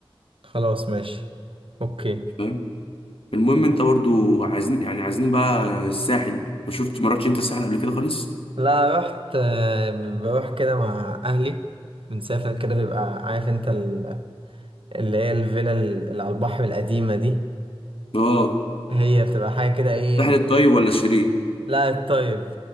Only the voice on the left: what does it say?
فاهم المهم انت برضو عايزين يعني عايزين بقى الساحل ما شفت ما رحتش انت الساحل قبل كده خالص
اه
الساحل
الطيب ولا الشرير